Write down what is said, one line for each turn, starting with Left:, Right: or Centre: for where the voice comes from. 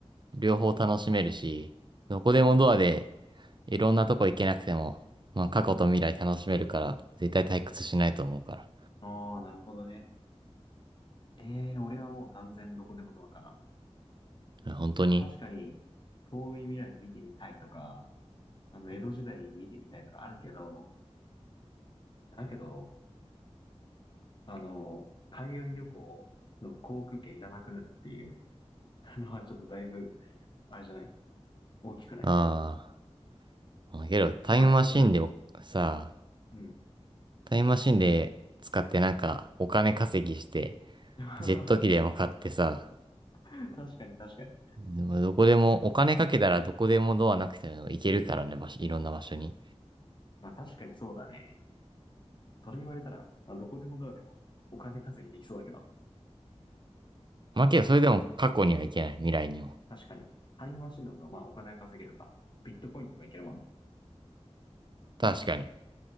Right: 両方楽しめるし、どこでもドアで
Left: うんうん。
Right: いろんなとこ行けなくても、まあ過去と未来楽しめるから、絶対退屈しないと思うか
Left: ああ、なるほどね。ええ俺はもう断然どこでもドアかな。
Right: ら。本当に
Left: まあ確かに、遠い未来見てみたいとか、あの、江戸時代見てみたいとかあるけど、だけど、あの、海外旅行の航空券いらなくなるっていうのはちょっとだいぶあれじゃない大きくない
Right: ああ。けど、タイムマシンでさ
Left: まあ、あとほら、うん。
Right: タイムマシンで使ってなんかお金稼ぎして、
Left: <laughs> 確
Right: ジェット機でも買ってさ、
Left: かに確かに。
Right: でもどこでも、お金かけたらどこでもドアなくても行けるからね、場所、いろんな場所に。
Left: まあ確かにそうだね。それ言われたら、まあどこでもドアでもお金稼ぎできそうだけど、
Right: まあけど、それでも過去には行けない、未来にも。
Left: 確かに。タイムマシンの方がまあお金は稼げるか。ビットコインとかいけるもんね。
Right: 確かに。